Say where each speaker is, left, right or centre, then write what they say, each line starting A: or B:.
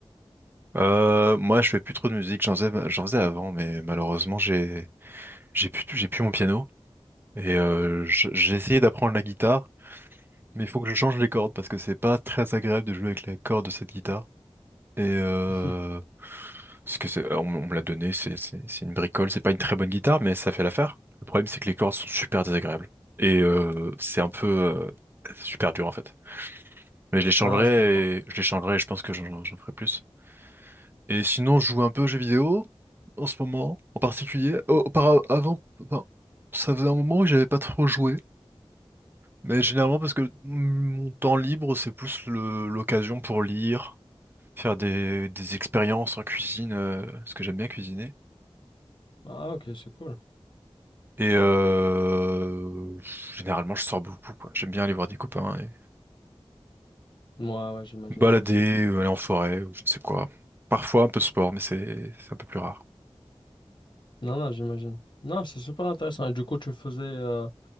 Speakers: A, on the right; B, on the left.
A: Euh, moi, je fais plus trop de musique. J'en faisais, j'en faisais avant, mais malheureusement, j'ai, j'ai plus, j'ai plus mon piano. Et euh, j- j'ai essayé d'apprendre la guitare, mais il faut que je change les cordes parce que c'est pas très agréable de jouer avec les cordes de cette guitare. Et euh,
B: <laughs>
A: ce que c'est, euh, on, on me l'a donné, c'est c'est- c'est une bricole, c'est pas une très bonne guitare, mais ça fait l'affaire. Le problème, c'est que les cordes sont super désagréables. Et euh, c'est un peu euh, super dur en fait. Mais je les changerai
B: Non, non, je comprends.
A: et je les changerai et je pense que j'en j'en ferai plus. Et sinon, je joue un peu aux jeux vidéo en ce moment, en particulier. Au- auparavant, enfin, ça faisait un moment que j'avais pas trop joué. Mais généralement parce que mon temps libre, c'est plus le- l'occasion pour lire, faire des, des expériences en cuisine, euh, parce que j'aime bien cuisiner.
B: Ah, ok, c'est cool.
A: Et euh, généralement, je sors beaucoup, quoi. J'aime bien aller voir des copains et
B: Moi, ouais, ouais, j'imagine,
A: me balader,
B: moi aussi.
A: euh, aller en forêt, ou je ne sais quoi. Parfois un peu de sport, mais c'est c'est un peu plus rare.
B: Non, non, j'imagine. Non, c'est super intéressant. Et du coup, tu faisais, euh,